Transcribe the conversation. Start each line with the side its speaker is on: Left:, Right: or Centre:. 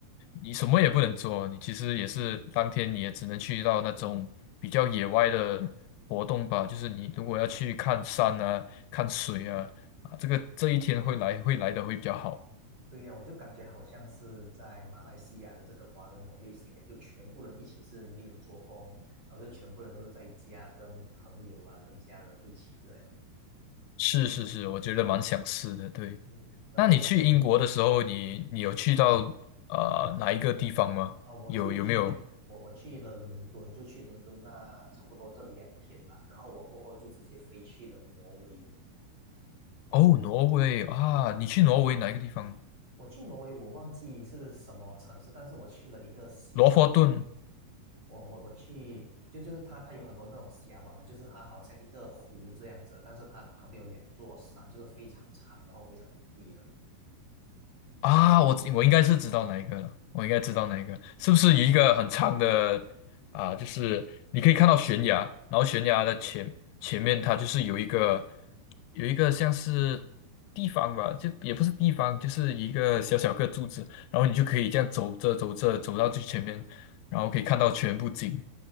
Left: 你什么也不能做，你其实也是当天你也只能去到那种比较野外的活动吧，就是你如果要去看山啊、看水啊，啊，这个这一天会来会来的会比较好。
Right: 对呀，我就感觉好像是在马来西亚的这个华人农历新年，就全部人一起是没有做工，然后就全部人都是在家跟朋友啊、跟家人一起这样。
Left: 是是是，我觉得蛮想试的。对，
Right: 嗯然后在
Left: 那你去英国的时候，你你有去到呃哪一个地方吗？
Right: 啊，我就去我我去了伦敦，
Left: 有有没有
Right: 就去伦敦那差不多这两天吧。然后我过后就直接飞去了挪威。
Left: 哦，挪威啊，你去挪威哪一个地方？
Right: 我去挪威，我忘记是什么城市，但是我去了一个峡
Left: 罗佛顿
Right: 我我我去，就就是它它有很多那种峡湾嘛，就是它好像一个湖这样子，但是它旁边有两座山，就是非常长，然后非常美丽的。
Left: 啊，我知我应该是知道哪一个了，我应该知道哪一个，是不是一个很长的啊？就是你可以看到悬崖，然后悬崖的前前面它就是有一个有一个像是地方吧，就也不是地方，就是一个小小个柱子，然后你就可以这样走着走着走到最前面，然后可以看到全部景，